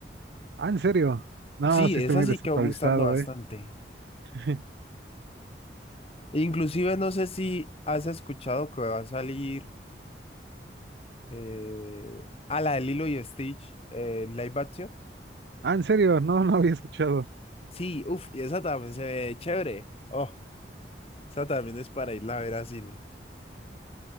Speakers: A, on the right (about 75°); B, on the left (about 35°).
A: Ah, ¿en serio? No,
B: Sí,
A: sí
B: esa
A: estoy muy
B: sí
A: desactualizado,
B: quedó gustando bastante.
A: ¿eh? <laughs>
B: Inclusive no sé si has escuchado que va a salir eh, a la de Lilo y Stitch eh, en live action.
A: Ah, ¿en serio? No, no había escuchado.
B: Sí, uff, y esa también se ve chévere. Oh, esa también es para irla a ver a cine.